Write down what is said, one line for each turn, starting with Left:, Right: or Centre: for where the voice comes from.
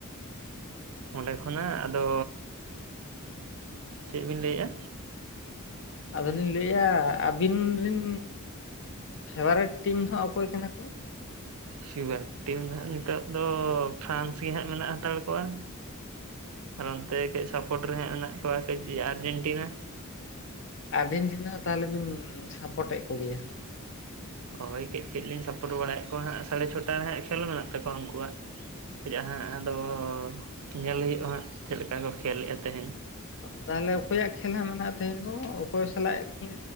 Right: ᱚᱸᱰᱮ ᱠᱷᱚᱱᱟᱜ ᱟᱫᱚ ᱪᱮᱫ ᱵᱤᱱ ᱞᱟᱹᱭᱮᱫᱼᱟ?
Left: ᱟᱫᱚᱞᱤᱧ ᱞᱟᱹᱭᱮᱜᱼᱟ ᱟᱹᱵᱤᱱ ᱨᱤᱱ ᱯᱷᱮᱵᱟᱨᱮᱴ ᱴᱤᱢ ᱫᱚ ᱦᱟᱜ ᱚᱠᱚᱭ ᱠᱟᱱᱟ ᱠᱚ?
Right: ᱯᱷᱮᱵᱟᱨᱤᱴ ᱴᱤᱢ ᱫᱚ ᱱᱟᱦᱟᱜ ᱱᱤᱛᱚᱜ ᱫᱚ ᱯᱷᱨᱟᱱᱥ ᱜᱮ ᱦᱟᱸᱜ ᱢᱮᱱᱟᱜ ᱦᱟᱛᱟᱲ ᱠᱚᱣᱟ ᱾ ᱟᱨ ᱚᱱᱛᱮ ᱠᱟᱹᱡ ᱥᱟᱯᱳᱚᱴ ᱨᱮ ᱦᱟᱸᱜ ᱢᱮᱱᱟᱜ ᱠᱚᱣᱟ ᱠᱟᱹᱡ ᱟᱨᱡᱮᱱᱴᱤᱱᱟ ᱾
Left: ᱟᱨᱜᱮᱱᱴᱤᱱᱟ ᱛᱟᱦᱚᱞᱮ ᱵᱤᱱ ᱥᱟᱯᱚᱴᱮᱫ ᱠᱚᱜᱮᱭᱟ ᱦᱟᱸᱜ ᱾
Right: ᱦᱳᱭ ᱠᱟᱹᱡ ᱠᱟᱹᱡᱞᱤᱧ ᱥᱟᱯᱚᱨᱴ ᱵᱟᱲᱟᱭᱮᱫ ᱠᱚᱣᱟ ᱦᱟᱸᱜ ᱥᱟᱲᱮ ᱪᱷᱚᱴᱟ ᱨᱮ ᱦᱟᱸᱜ ᱠᱷᱮᱞ ᱢᱮᱱᱟᱜ ᱛᱟᱠᱚᱣᱟ ᱩᱱᱠᱩᱣᱟᱜ ᱾ ᱪᱮᱫ ᱦᱟᱸᱜ ᱟᱫᱚ ᱧᱮᱞ ᱦᱩᱭᱩᱜᱼᱟ ᱦᱟᱸᱜ ᱪᱮᱫ ᱞᱮᱠᱟ ᱠᱚ ᱠᱷᱮᱞᱮᱫᱼᱟ ᱛᱮᱦᱮᱧ ᱾
Left: ᱛᱟᱦᱚᱞᱮ ᱚᱠᱚᱭᱟᱜ ᱠᱷᱮᱞ ᱦᱟᱸᱜ ᱢᱮᱱᱟᱜᱼᱟ ᱛᱮᱦᱮᱱ ᱫᱚ, ᱚᱠᱚᱭ ᱥᱟᱞᱟᱜ ᱠᱤᱱ